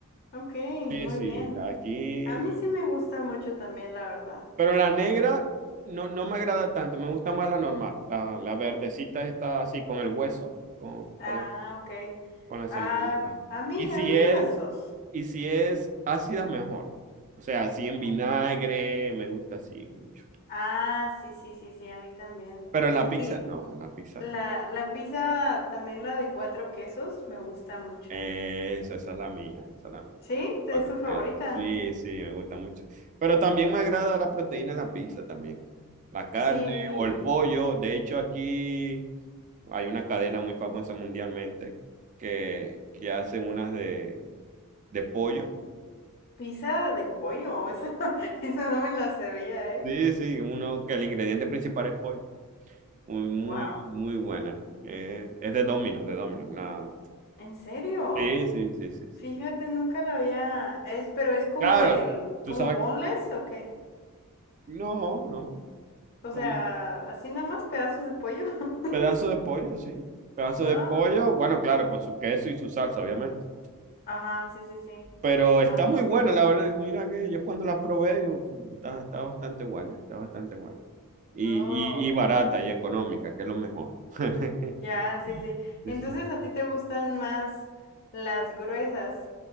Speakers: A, on the left (about 45°); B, on the right (about 35°).
A: ok,
B: Sí,
A: muy
B: sí,
A: bien.
B: aquí...
A: A mí sí me gusta mucho también, la verdad.
B: Pero la negra no, no me agrada tanto, me gusta más la normal, la, la verdecita está así con el hueso, con, con
A: Ah,
B: la
A: ok.
B: con la semillita.
A: Ah, a mí,
B: Y si
A: a mí
B: es,
A: las dos.
B: y si es ácida, mejor. O sea, así en
A: Ah,
B: vinagre, me gusta así mucho.
A: Ah, sí, sí, sí, sí, a mí también.
B: Pero en la pizza
A: Y
B: no, en la pizza
A: la,
B: no.
A: la pizza, también la de cuatro quesos, me gusta mucho.
B: Esa, esa es la mía, esa es la mía.
A: ¿Sí?
B: la cuatro
A: ¿Es tu favorita?
B: quesos. Sí, sí, me gusta mucho. Pero también me agrada la proteína en la pizza también. La carne
A: Sí.
B: o el pollo. De hecho, aquí hay una cadena muy famosa mundialmente que, que hace unas de, de pollo.
A: Pizza de pollo, <laughs> esa, esa no me la sabía, ¿eh?
B: Sí, sí, uno que el ingrediente principal es pollo. Muy, muy,
A: Wow.
B: muy buena. Eh, es de Domino's, de Domino's. Una...
A: ¿En serio?
B: Sí, sí, sí, sí, sí.
A: Fíjate, nunca la había, es, pero es como
B: Claro,
A: del,
B: tú
A: como
B: sabes.
A: boneless o qué?
B: No, no.
A: O
B: Como
A: sea,
B: un
A: así nada más pedazos de pollo. <laughs>
B: pedazo de pollo, sí. Pedazo
A: Ah,
B: de pollo, bueno, claro, con su queso y su salsa, obviamente.
A: ajá, sí, sí, sí.
B: Pero está
A: Ah,
B: muy buena, la verdad. Mira que yo cuando la probé, yo, "Uh, está, está bastante buena, está bastante buena. Y,
A: oh,
B: y, y barata y económica, que es lo mejor. <laughs>
A: ya, sí, sí.
B: Sí,
A: Entonces
B: sí.
A: a ti te gustan más las gruesas.